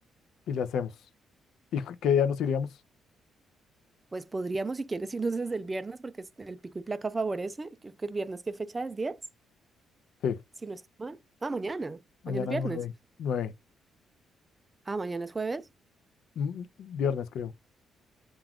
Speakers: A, on the left; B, on the right.
A: y le hacemos. ¿Y cu- qué día nos iríamos?
B: Pues podríamos, si quieres, irnos desde el viernes, porque es- el pico y placa favorece. Creo que el viernes, ¿qué fecha es? ¿10?
A: Sí,
B: Si no estoy mal. Ah, mañana.
A: mañana
B: Mañana es viernes.
A: nueve, nueve,
B: Ah, mañana es jueves.
A: mm, viernes creo.